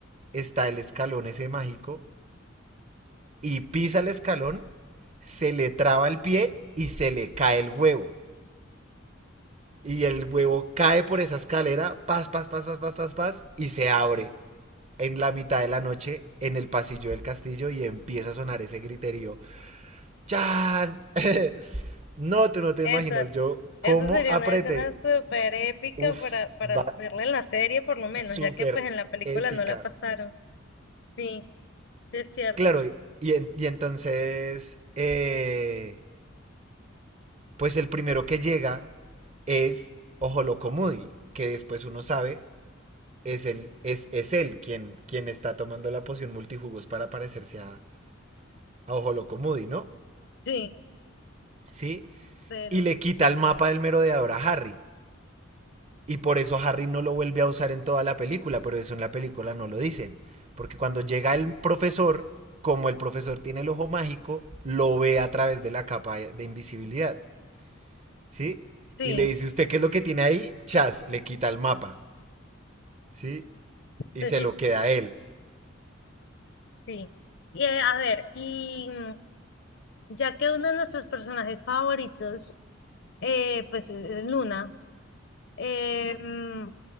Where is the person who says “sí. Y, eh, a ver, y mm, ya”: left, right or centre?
Left